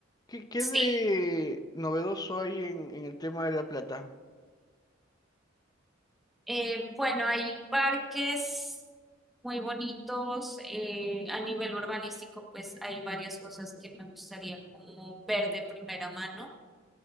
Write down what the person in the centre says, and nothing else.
Sí,
eh, bueno, hay parques muy bonitos. eh, a nivel urbanístico, pues hay varias cosas que me gustaría como ver de primera mano.